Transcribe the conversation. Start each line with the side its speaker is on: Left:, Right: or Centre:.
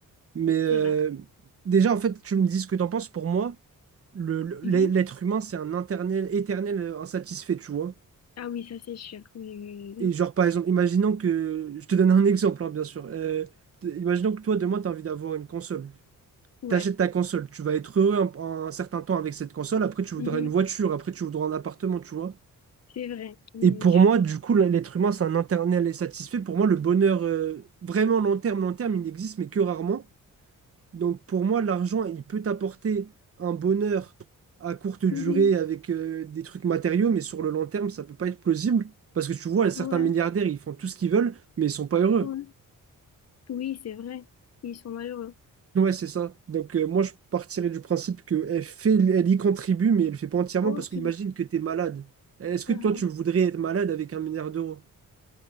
Right: Mais euh,
Left: C'est vrai.
Right: déjà, en fait, tu me dis ce que t'en penses. Pour moi, le, le-
Left: Mhm.
Right: l'être humain, c'est un internel- éternel insatisfait, tu vois.
Left: Ah oui, ça c'est sûr. Oui, oui, oui.
Right: Et genre, par exemple, imaginons que... Je te donne un exemple, hein, bien sûr. Euh, t- imaginons que toi, demain, tu as envie d'avoir une console.
Left: oui.
Right: T'achètes
Left: Ouais.
Right: ta console. Tu vas être heureux un, un certain temps avec cette console. Après, tu voudras
Left: Mhm.
Right: une voiture. Après, tu voudras un appartement, tu vois.
Left: C'est vrai. Oui,
Right: Et pour
Left: oui, je
Right: moi,
Left: suis-
Right: du coup, l'être humain, c'est un internel et satisfait. Pour moi, le bonheur, euh, vraiment long terme, long terme, il n'existe, mais que rarement. Donc pour moi, l'argent, il peut t'apporter un bonheur à courte durée
Left: Mhm.
Right: avec euh, des trucs matériaux, mais sur le long terme, ça peut pas être plausible. Parce que tu vois, certains
Left: Ouais,
Right: milliardaires, ils font tout ce qu'ils veulent, mais ils sont pas heureux.
Left: ouais. Oui, c'est vrai. Ils sont malheureux.
Right: Ouais, c'est ça. Donc euh, moi, je partirais du principe qu'elle fait, elle y contribue, mais elle fait pas entièrement,
Left: Ok.
Right: parce qu'imagine que tu es malade. Est-ce que
Left: Ah.
Right: toi, tu voudrais être malade avec un milliard d'euros?